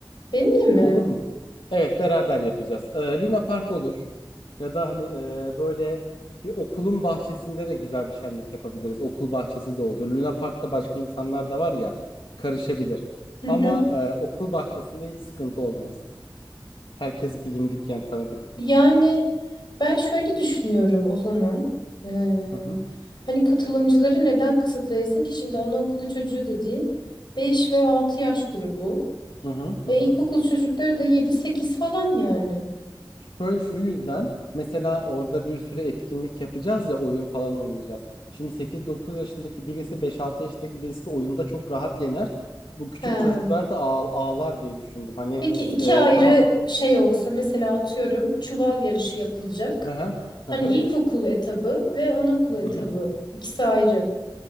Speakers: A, on the left (about 60°); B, on the left (about 85°).
A: benimle mi?
B: Olur mu? Evet beraber yapacağız. Ee, Luna Park olur. Ya da hani e, böyle bir okulun bahçesinde de güzel bir şenlik yapabiliriz. Okul bahçesi de olur. Luna Park'ta başka insanlar da var ya karışabilir.
A: Hı hı.
B: Ama e, okul bahçesinde hiç sıkıntı olmaz. Herkes bilindik yani tanıdık.
A: Yani ben şöyle düşünüyorum o zaman. Ee,
B: Hı hı,
A: hani katılımcıları neden kısıtlayasın ki şimdi anaokulu çocuğu dediğin 5 ve 6 yaş grubu.
B: hı hı, hı
A: Ve
B: hı.
A: ilkokul çocukları da yedi sekiz falan yani.
B: Şöyle şu yüzden mesela orada bir sürü etkinlik yapacağız ya oyun falan oynayacağız. Şimdi sekiz dokuz yaşındaki birisi beş altı yaşındaki birisini oyunda çok rahat yener. Bu küçük
A: He.
B: çocuklar da ağ- ağlar diye düşündüm. Hani
A: Peki iki
B: e,
A: ayrı
B: daha...
A: şey olsa mesela atıyorum çuval yarışı yapılacak.
B: Hı hı.
A: Hani
B: Hı hı.
A: ilkokul etabı ve anaokulu etabı
B: Hı hı.
A: ikisi ayrı.